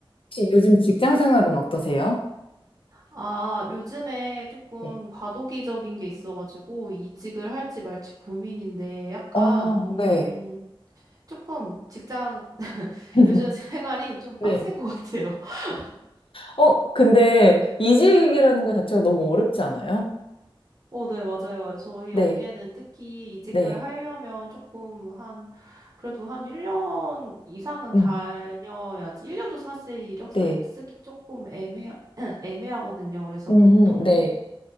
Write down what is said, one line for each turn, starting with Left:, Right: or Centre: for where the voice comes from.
Left: 혹시 요즘 직장 생활은 어떠세요?
Right: 아, 요즘에 조금
Left: 네.
Right: 과도기적인 게 있어가지고 이직을 할지 말지 고민인데 약간,
Left: 어,
Right: 음,
Left: 네.
Right: 조금 직장, <laughs>
Left: <laughs>
Right: 요즘 생활이 좀 빡센
Left: 네.
Right: 것 같아요. <laughs>
Left: 어, 근데 이직이라는 것 자체가 너무 어렵지 않아요?
Right: 어, 네, 맞아요. 저희
Left: 네.
Right: 업계는 특히 이직을
Left: 네.
Right: 하려면 조금 한, 그래도 한 1년 이상은
Left: 음,
Right: 다녀야지. 1년도 사실 이력서에
Left: 네.
Right: 쓰기 조금 애매, <clears throat> 애매하거든요. 그래서
Left: 음,
Right: 보통
Left: 네.